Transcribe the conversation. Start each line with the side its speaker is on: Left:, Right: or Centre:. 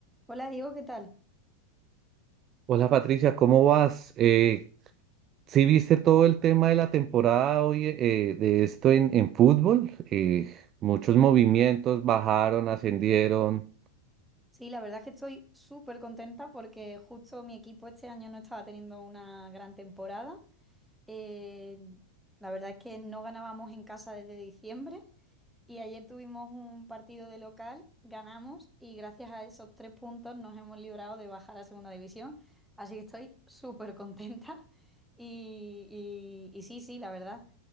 Centre: Hola Diego, ¿qué tal?
Right: Hola Patricia, ¿cómo vas? Eh, ¿sí viste todo el tema de la temporada hoy eh, de esto en, en fútbol? Eh, muchos movimientos bajaron, ascendieron.
Centre: Sí, la verdad es que estoy súper contenta porque justo mi equipo este año no estaba teniendo una gran temporada. Eh, la verdad es que no ganábamos en casa desde diciembre Y ayer tuvimos un partido de local, ganamos y gracias a esos tres puntos nos hemos librado de bajar a segunda división. Así que estoy súper contenta. Y, y- y sí, sí, la verdad.